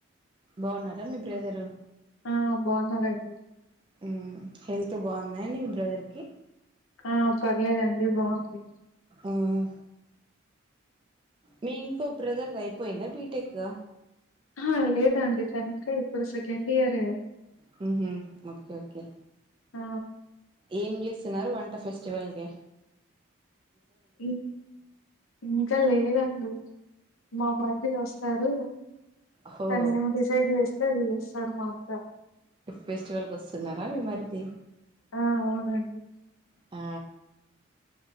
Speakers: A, on the right; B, on the left.
A: బాగున్నారా మీ బ్రదరూ?
B: ఆ బాగున్నారండి.
A: మ్మ్ హెల్త్ బాగుందా అండి మీ బ్రదర్ కి?
B: ఆ పర్లేదం డి బాగుంది.
A: మ్ మీ ఇంకో బ్రదర్ది అయిపోయిందా బీటెక్.
B: ఆ లేదండి తను ఇంకా ఇప్పుడు సెకండ్ ఇయరే.
A: హుహ్ ఓకే ఓకే.
B: ఆ
A: ఏం చేస్తున్నారు వంట ఫెస్టివల్కి?
B: ఇంక్ ఇంకా లేదండి మామర్ది వస్తారు.
A: హో
B: తను ఏమి డిసైడ్ చేస్ స్తారు మా అత్త.
A: ఫెస్టివల్కొస్తున్నారా మీ మరిది.
B: ఆ అవునండి.
A: ఆ